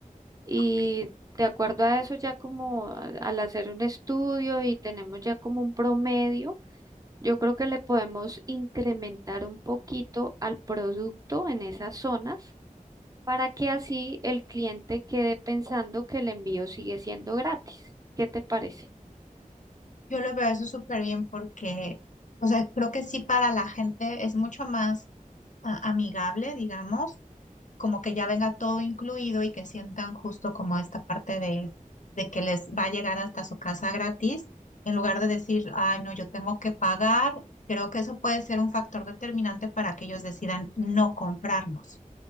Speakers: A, on the right; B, on the left.
A: Y
B: Ok.
A: de acuerdo a eso, ya como a- al hacer un estudio y tenemos ya como un promedio, yo creo que le podemos incrementar un poquito al producto en esas zonas para que así el cliente quede pensando que el envío sigue siendo gratis. ¿Qué te parece?
B: Yo lo veo eso súper bien porque, o sea, creo que sí para la gente es mucho más a- amigable, digamos, como que ya venga todo incluido y que sientan justo como esta parte de, de que les va a llegar hasta su casa gratis, en lugar de decir, ay, no, yo tengo que pagar. Creo que eso puede ser un factor determinante para que ellos decidan no comprarnos.